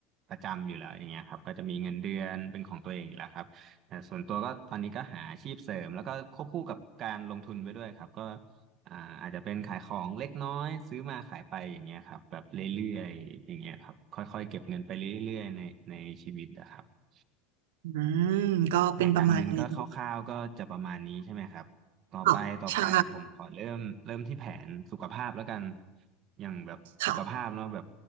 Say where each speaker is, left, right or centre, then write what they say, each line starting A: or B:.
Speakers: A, on the right (about 50°); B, on the right (about 75°).
A: ประจำอยู่แล้วอย่างเงี้ยครับก็จะมีเงินเดือนเป็นของตัวเองอยู่แล้วครับแต่ส่วนตัวก็ตอนนี้ก็หาอาชีพเสริมแล้วก็ควบคู่กับการลงทุนไปด้วยครับก็อ่าอาจจะเป็นขายของเล็กน้อยซื้อมาขายไปอย่างเงี้ยครับแบบเรื่อยๆอย่างเงี้ยครับค่อยๆเก็บเงินไปเรื่อยๆในในชีวิตนะครับ
B: อืมก็เป็นประมาณนี้
A: แผนการเงินก็คร่าวๆก็จะประมาณนี้ใช่ไหมครับต่อไปต่อไปผมขอเริ่มเริ่มที่แผนสุขภาพแล้วกัน
B: ค่ะใช่
A: อย่างแบบสุขภาพเนาะแบบ
B: ค่ะ